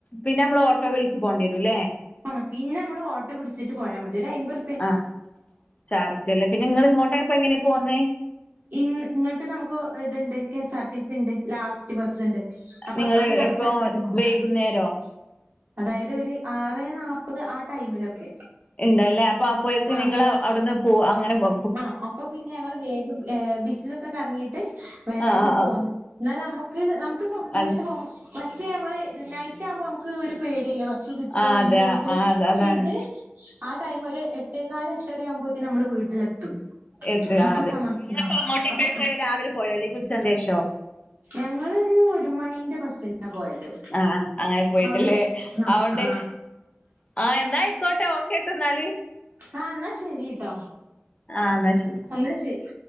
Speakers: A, on the left; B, on the right.
A: പിന്നെ അമ്മള് ഓട്ടോ വിളിച്ച് പോവണ്ടി വരുലേ
B: ആഹ് പിന്നെ അമ്മള് ഓട്ടോപിടിച്ചിട്ട് പോയാ മതി ഒരു അയ്മ്പർ
A: ആഹ് ചാർജ് അല്ലേ പിന്നെ ഇങ്ങള് ഇങ്ങോട്ടേപ്പ എങ്ങനെയാ പോന്നേ
B: ഇൻ ഇങ്ങട്ട് നമുക്കോ ഇത്ണ്ട് കെ സാർ ടിസ്ണ്ട് ലാസ്റ്റ് ബസ്ണ്ട് അപ്പ
A: നിങ്ങള്
B: അത് കണക്കാക്കിട്ട്
A: എപ്പോ
B: <unintelligible>
A: വൈകുന്നേരോ
B: അതായത് ഒര് ആറേ നാപ്പത് ആഹ് ടൈമിലൊക്കെ
A: ഇണ്ടല്ലേ അപ്പൊ അപ്പോയേക്ക്
B: ആഹ്
A: നിങ്ങള് അവിടുന്ന് പോ അങ്ങനെ പോ
B: ആഹ് അപ്പൊ പിന്നെ ഞങ്ങൾ വേഗം ബീച്ചിലൊക്കെ കറങ്ങിട്ട് വേഗം
A: ആ ആ
B: പോന്ന്. ന്നാൽ നമ്മുക്ക് നമുക്ക് സ്വന്തായിട്ട്
A: ആ
B: പോകുമ്പ മറ്റേ മ്മള് നൈറ്റ് ആകുമ്പോ നമുക്ക് ഒരു പേടില്ലേ ബസ്സ് സ് കിട്ടോ
A: ആ
B: ഇല്യേ
A: അതെ ആ
B: ന്നൊക്കെ
A: അത അതാണ്
B: ശേ ഇത് ആ ടൈമ് ഒര് എട്ട്. ട്ടേക്കാല് എട്ടരാവുമ്പോതിന് അമ്മൾ വീട്ടിലെത്തും.
A: എത്
B: അപ്പൊ
A: ആ അതെ
B: സമാ
A: നിങ്ങളപ്പ
B: ഹാ
A: അങ്ങോട്ടൊക്കെ
B: അപ്പൊ
A: പോയ രാവിലെ പോയോ അല്ലെങ്കി ഉച്ചന്റെഷോ
B: ഞങ്ങളൊര് ഒരു മണീന്റെ ബസിനാ പോയത്.
A: ആഹ് അങ്ങനെ പോയിട്ടല്ലേ
B: അവിടെ ആ
A: അഒണ്ട്
B: ആ
A: ആഹ് എന്നായി ഓക്കോട്ടെ ഓക്കേട്ടോന്നാല്.
B: ആഹ് ന്നാ ശരിട്ടോ.
A: ആഹ് ന്നാ ശരി
B: ന്നാ ശരി.